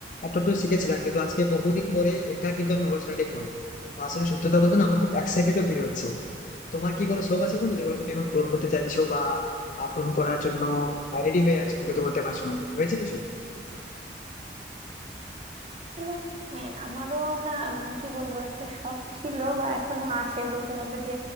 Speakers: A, on the left; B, on the right.
A: একটু একটু শিখেছিলাম কিন্তু আজকে বহুদিন পরে একা কিন্তু আমি হর্স রাইডিং করলাম তো আসলে সত্যি কথা বলতে না আমার খুব এক্সাইটেডও ফিল হচ্ছে তোমার কি কোনো শখ আছে বন্ধু যেগুলো তুমি এখন পূরণ করতে চাইছো বা আহ, পূরণ করার জন্য রেডি হয়ে আছো কিন্তু করতে পারছো না রয়েছে কিছু
B: আসলে হ্যাঁ আমারও না মানে কি বলবো একটা শখ ছিল বা এখনো আছে বলতে হবে যে